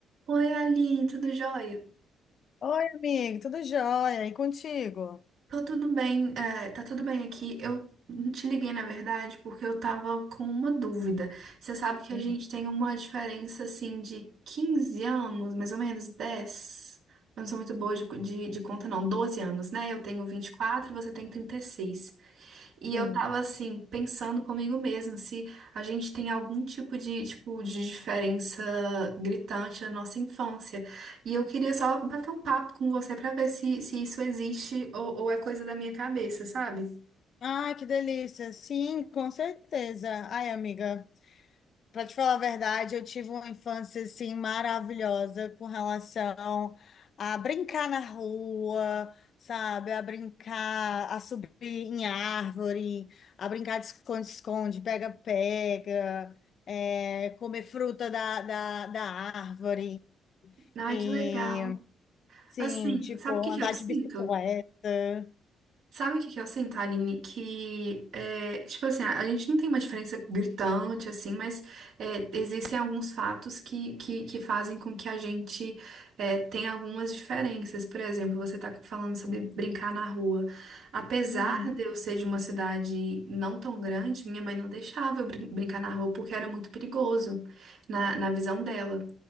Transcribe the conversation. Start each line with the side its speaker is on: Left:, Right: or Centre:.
Right: Oi, Aline, tudo jóia?
Left: Oi, amigo, tudo jóia? E contigo?
Right: Tô tudo bem, é, tá tudo bem aqui. Eu te liguei, na verdade, porque eu tava com uma dúvida. Você sabe que
Left: Hum,
Right: a gente tem uma diferença, assim, de 15 anos, mais ou menos 10. Eu não sou muito boa de, de, de conta, não. 12 anos, né? Eu tenho 24, você tem 36. E
Left: Sim.
Right: eu tava assim, pensando comigo mesma, se a gente tem algum tipo de, tipo, de diferença gritante na nossa infância. E eu queria só bater um papo com você pra ver se, se isso existe ou, ou é coisa da minha cabeça, sabe?
Left: Ah, que delícia. Sim, com certeza. Ai, amiga, para te falar a verdade, eu tive uma infância assim maravilhosa com relação a brincar na rua, sabe? A brincar, a subir em árvore, a brincar de esconde-esconde, pega-pega, é, comer fruta da, da, da árvore.
Right: Ai,
Left: e
Right: que legal.
Left: Sim,
Right: Assim,
Left: tipo,
Right: sabe o que que
Left: andar
Right: eu sinto?
Left: de bicicleta.
Right: Sabe o que que eu sinto, Aline? Que, é, tipo assim, a a gente não tem uma diferença gritante, assim, mas é, existem alguns fatos que, que, que fazem com que a gente é, tenha algumas diferenças. Por exemplo, você tá falando sobre brincar na rua. Apesar
Left: Uhum.
Right: de eu ser de uma cidade não tão grande, minha mãe não deixava eu brin- brincar na rua porque era muito perigoso, na, na visão dela.